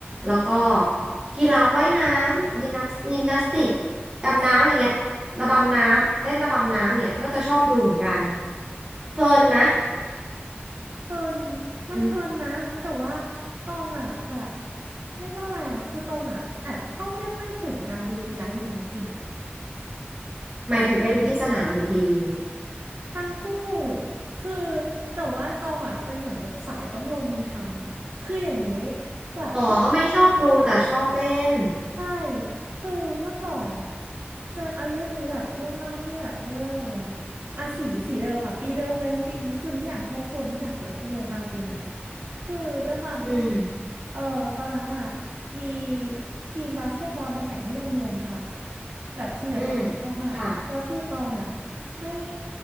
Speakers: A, on the right; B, on the right.
A: แล้วก็กีฬาว่ายน้ำยิมนาสยิมนาสติกดำน้ำอะไรเงี้ยระบำน้ำเล่นระบำน้ำเนี่ยก็จะชอบดูเหมือนกันเพลินนะ
B: เพลิน มันเพลินนะ
A: อืม
B: แต่ว่าตองอ่ะแบบเรียกว่าอะไรอ่ะคือตองอ่ะแอบเข้าไม่ค่อยถึงการดูกีฬาที่แท้จริงอ่ะ
A: หมายถึงไปดูที่สนามหรือทีวี
B: ทั้งคู่ คือแต่ว่าตองอ่ะเป็นเหมือนแบบสายต้องลงมือทำอ่ะคืออย่างนี้แบบเมื่อก่อน
A: อ๋อไม่ชอบดูแต่ชอบเล่น
B: ใช่ คือเมื่อก่อนอะเจออันเรื่องนี้แบบเรื่องเล่าที่แบบเรียกว่าไงอะอ่ะสีสีเดิมอะปีเดิมเลยปีนั้นคือทุกอย่างโชคโชนทุกอย่างเกิดขึ้นเร็วมากปีนั้นคือด้วยความที่
A: อืม
B: เอ่อตอนนั้นอะมีทีมบาสเกตบอลมาแข่งที่โรงเรียนค่ะ แบบทีมแบบโปรเฟชชั่นอลมากแล้วคือตองอ่ะ
A: อืมค่ะ
B: ไม่